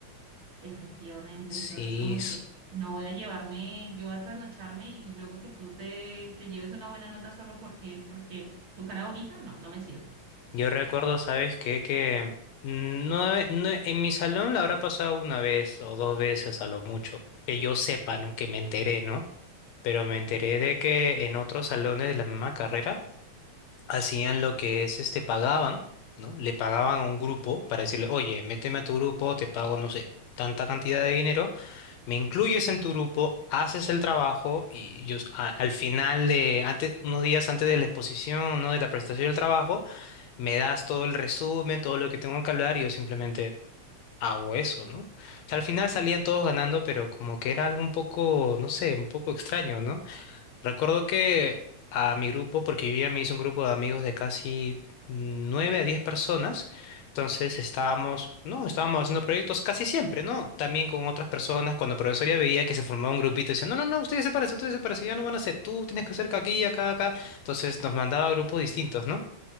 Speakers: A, on the right; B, on the left.
A: Efectivamente,
B: Sí,
A: entonces como
B: s-
A: que no voy a llevarme yo a trasnocharme y luego que tú te, te lleves una buena nota solo porque, porque tu cara bonita, no, no me sirve.
B: yo recuerdo, ¿sabes qué? Que mm, no, he- no he- en mi salón la habrá pasado una vez o dos veces a lo mucho, que yo sepa, ¿no? Que me enteré, ¿no? pero me enteré de que en otros salones de la misma carrera hacían lo que es, este, pagaban, ¿no? Le pagaban a un grupo para decirle, oye, méteme a tu grupo, te pago, no sé, tanta cantidad de dinero, me incluyes en tu grupo, haces el trabajo y yo a- al final de, antes, unos días antes de la exposición, ¿no? De la presentación del trabajo, me das todo el resumen, todo lo que tengo que hablar y yo simplemente hago eso, ¿no? O sea, al final salían todos ganando, pero como que era algo un poco, no sé, un poco extraño, ¿no? Recuerdo que a mi grupo, porque vivía, me hice un grupo de amigos de casi nueve a diez personas, entonces estábamos, no, estábamos haciendo proyectos casi siempre, ¿no? También con otras personas, cuando la profesora veía que se formaba un grupito, decía, no, no, no, ustedes se parecen, ustedes se parecen, ya no van a hacer, tú tienes que hacer aquí, acá, acá, entonces nos mandaba a grupos distintos, ¿no?